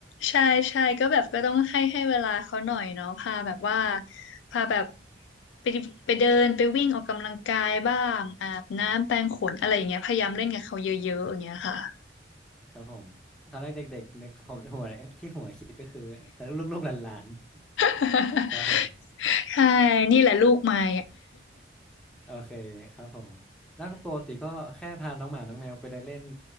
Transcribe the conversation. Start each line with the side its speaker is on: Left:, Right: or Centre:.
Left: ใช่ใช่ก็แบบก็ต้องให้ให้เวลาเขาหน่อยเนาะพาแบบว่า
Centre: ครับผม
Left: พาแบบไปไปเดินไปวิ่งออกกำลังกายบ้างอาบน้ำแปรงขนอะไรอย่างเงี้ยพยายามเล่นกับเขาเยอะๆอย่างเงี้ยค่ะ
Centre: ครับผมตอนแรกเด็กๆนึกผมหัวที่หัวคิดก็คือแล้วลูกๆหลาน
Left: <laughs>
Centre: ๆครับผม
Left: ใช่นี่แหละลูกไม้
Centre: โอเคครับผมแล้วก็ปกติก็แค่พาน้องหมาน้องแมวไปเดินเล่น